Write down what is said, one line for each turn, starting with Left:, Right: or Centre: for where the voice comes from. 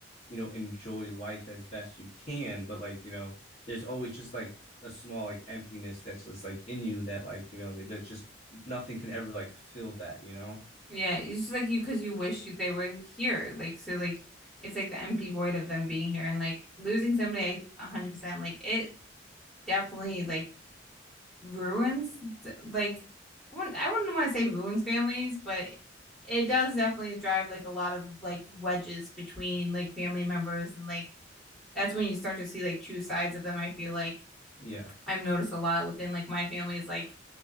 Left: you know, enjoy life as best you can. But like, you know, there's always just like a small like emptiness that's just like in you that like, you know, that just nothing can ever like fill that, you know?
Centre: Yeah, it's just like you because you wish you, they were here. Like so, like it's like the empty void of them being here and like losing somebody. I 100% like it definitely like ruins like I wouldn't, I wouldn't want to say ruins families, but it does definitely drive like a lot of like wedges between like family members and like that's when you start to see like true sides of them. I feel like
Left: Yeah.
Centre: I've noticed a lot within like my family is like